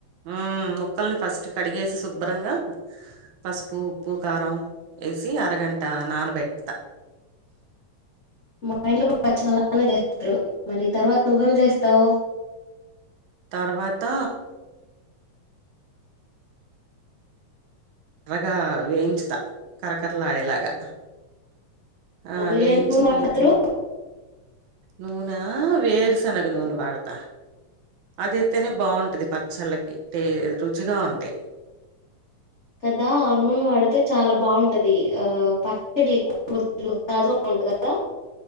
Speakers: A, on the right; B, on the left.
A: ఉ మొక్కల్ని ఫస్ట్ కడిగేసి శుభ్రంగా పసుపు ఉప్పు కారం వేసి అరగంట అంతా నన్ బెట్త
B: మా ఇంలు కూడా చ్చినలానే చేస్తారు మరి తర్వాత నువ్వేం చేస్తావు
A: తర్వాత ఎర్రగా వేయించుత కరకర్రలా ఆడేలాగా ఆ
B: మీరేం
A: వేయించి
B: నూనె
A: తీసి
B: వాడతారు
A: నూనె వేరుశనగ నూనె వాడతా అదయితేనే బాగుంటది ప చల్లకి రుచిగా ఉంటేయి
B: కదా ఆ నూనె వాడితే చాలా బాగుంటది ఆ పచ్చడి ఎక్కువ నాదు బాగుంది కదా